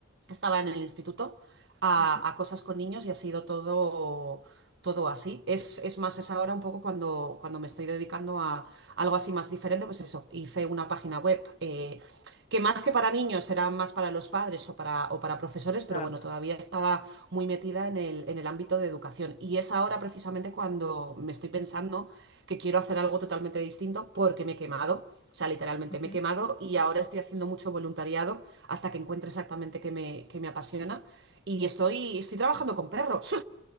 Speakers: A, on the right; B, on the left.
A: estaba en el instituto a,
B: Ujú,
A: a cosas con niños y ha sido todo todo así. Es, es más, es ahora un poco cuando, cuando me estoy dedicando a algo así más diferente, pues eso, hice una página web eh, que más que para niños era más para los padres o para, o para profesores, pero
B: Ah,
A: bueno, todavía estaba muy metida en el, en el ámbito de educación. Y es ahora precisamente cuando me estoy pensando que quiero hacer algo totalmente distinto porque me he quemado. O sea, literalmente
B: ujú.
A: me he quemado y ahora estoy haciendo mucho voluntariado hasta que encuentre exactamente qué me, qué me apasiona. Y estoy, estoy trabajando con perros.